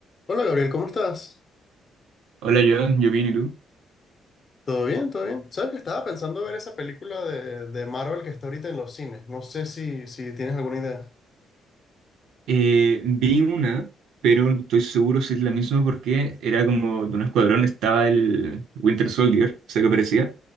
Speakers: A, on the left (about 40°); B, on the right (about 80°).
A: Hola Gabriel, ¿cómo estás?
B: Hola, Joan, yo bien, ¿y tú?
A: ¿Todo bien? ¿Todo bien? Sabes que estaba pensando ver esa película de, de Marvel que está ahorita en los cines. No sé si, si tienes alguna idea.
B: Eh, vi una, pero no estoy seguro si es la misma porque era como de un escuadrón, estaba el Winter Soldier, sé que aparecía.